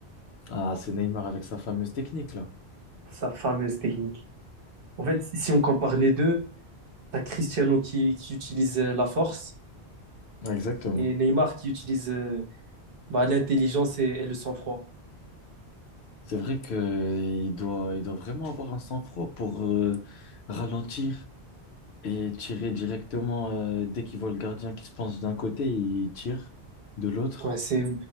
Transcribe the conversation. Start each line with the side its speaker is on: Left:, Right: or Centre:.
Left: Ah, c'est Neymar avec sa fameuse technique, là.
Right: sa fameuse technique. En fait, si on compare les deux, t'as Cristiano qui, qui utilise euh, la force
Left: Ah, Exactement.
Right: et Neymar qui utilise euh, bah, l'intelligence et, et le sang-froid.
Left: C'est vrai qu'il doit, il doit vraiment avoir un sang-froid pour euh, ralentir et tirer directement. euh, dès qu'il voit le gardien qui se penche d'un côté, il tire de l'autre.
Right: Ouais, c'est